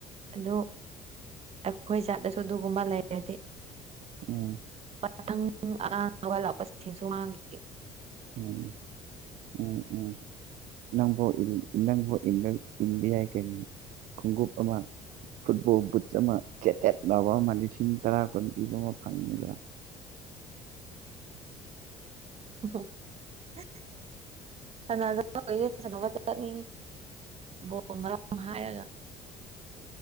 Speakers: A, on the right (about 40°); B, on the right (about 55°).
A: ꯑꯗꯨ ꯑꯩꯈꯣꯏ ꯖꯥꯠꯇꯁꯨ ꯑꯗꯨꯒꯨꯝꯕ ꯂꯩꯔꯗꯤ
B: ꯎꯝ
A: ꯄꯇꯪ ꯑ ꯋꯥ ꯂꯥꯛꯄꯁꯨꯡꯈꯤ
B: ꯎꯝ ꯎꯝ ꯎꯝ ꯅꯪꯕꯣ ꯏ ꯅꯪꯕꯨ ꯏꯟꯗꯤꯌꯥ ꯀꯩꯅꯣ ꯈꯣꯡꯎꯞ ꯑꯃ ꯐꯨꯠꯕꯣꯜ ꯕꯨꯠꯁ ꯑꯃ ꯆꯦꯇꯦꯠ ꯂꯥꯎꯕ ꯑꯃ ꯂꯤꯁꯤꯡ ꯇꯔꯥ ꯀꯨꯟ ꯄꯤꯕ ꯑꯃ ꯐꯪꯅꯤꯗ꯭ꯔꯥ
A: <unintelligible> ꯕꯣ ꯃꯔꯝ ꯍꯥꯏꯔꯒ